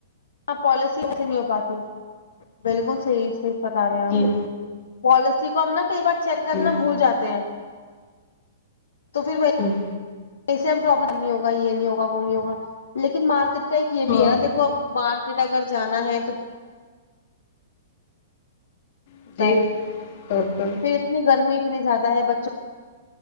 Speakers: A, on the left (about 85°); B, on the left (about 55°).
A: ہاں پالیسی سے نہیں ہو پاتی بالکل صحیح صحیح بتا رہے ہیں آپ
B: جی
A: پالیسی کو ہم نا کئی بار چیک کرنا
B: جی
A: بھول جاتے ہیں تو پھر وہی
B: جی
A: ایسے میں پرابلم نہیں ہوگ یہ نہیں ہوگا وہ نہیں ہوگا لیکن مارکیٹ کا ایک یہ
B: ہاں
A: بھی ہے نا دیکھو اب سیدہ اگر جانا ہے تو ہوتا
B: <unintelligible>
A: ہے پھر اتنی گرمی اتنی زیادہ ہے بچوں